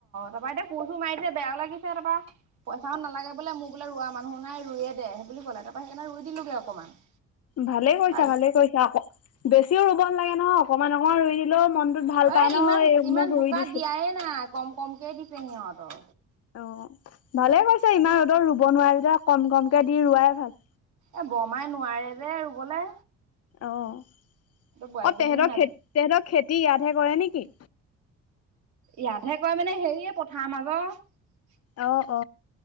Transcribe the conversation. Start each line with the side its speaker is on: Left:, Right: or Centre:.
Right: তাৰপা এতিয়া কোৰ চোৰ মাৰিছে বেয়াও লাগিছে তাৰপা পইচাও নালাগে লাগে বোলে মোৰ বোলে ৰোৱা মানুহ নাই ৰুয়ে দে সেই বুলি ক'লে তাৰাপা সেইকাৰণে ই দিলোঁগে অকমান
Left: ভালে কৰিছা
Right: পাল
Left: ভালে কৰিছা আকৌ বেছিও ৰুব নালাগে নহয় অকমান অকমান ৰুই দিলেও মনটোত ভাল পাই
Right: এ
Left: ন
Right: ইমান
Left: এই
Right: ইমান
Left: মোক
Right: বোকা
Left: ৰুই দিছে।
Right: দিয়াই নাই কম কমকে দিছে সিহঁতৰ
Left: অ ভালে কৈছে ইমান ৰদত ৰুব নোৱাৰে যেতিয়া কম কমকে দি ৰোৱাই ভাল
Right: এ বমাই নোৱাৰে যে ৰুবলে
Left: অ অ
Right: বোৱাৰী দুজনীও
Left: তেহেতৰ
Right: না
Left: খেতি তেহেতৰ খেতি ইয়াতহে কৰে নেকি
Right: ইয়াতহে কয় মানে হেৰিয়ে পথাৰ মাজত
Left: অ অ